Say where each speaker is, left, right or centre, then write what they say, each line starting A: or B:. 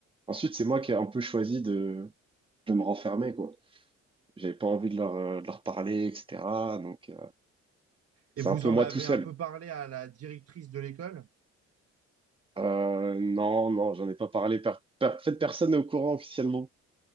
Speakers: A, on the right (about 15°); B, on the right (about 50°).
A: ensuite, c'est moi qui ai un peu choisi de, je me renfermais, quoi. J'avais pas envie de leur, euh, de leur parler, etc. Donc, euh, c'est
B: Et vous
A: un peu
B: en
A: moi
B: avez
A: tout seul.
B: un peu parlé à la directrice de l'école?
A: Euh, non, non, j'en ai pas parlé. Per- per- en fait, personne n'est au courant officiellement